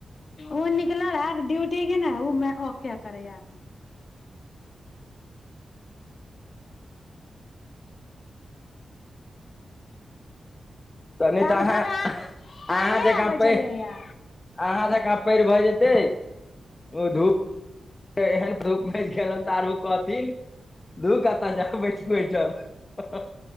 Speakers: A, on the left; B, on the left.
A: ओ निकलल हैत, ड्यूटी के ने, ओ किया करै या एखनी।
B: त नइ
A: तब
B: तऽ, अहाँ,
A: तब काल्हिे
B: अहाँ जकाँ
A: आबै
B: पै
A: छलियैया
B: अहाँ जेका पैइर भए जेतै, ओ धूप एहन धूप मचि गेलै, साढ़ु कहथिन धूप कतऽ जाएब, बैठु अइठाम। हा- हा- हा